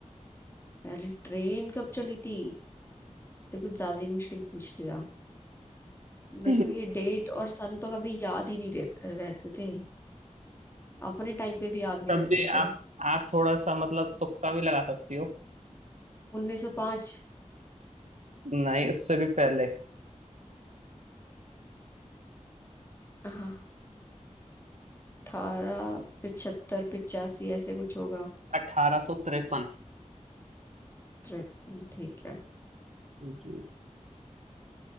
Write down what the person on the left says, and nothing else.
पहले ट्रेन कब चली थी तो कुछ ज्यादा ही मुश्किल पूछ लिया मेरे
को ये डेट और सन तो कभी याद ही नहीं रहते रहते थे अपने टाइम पे भी याद नहीं
रहते
थे
उन्नीस सौ पाँच
हाँ अठारह पिछहत्तर पिचासी ऐसे कुछ होगा
तिरपन ठीक है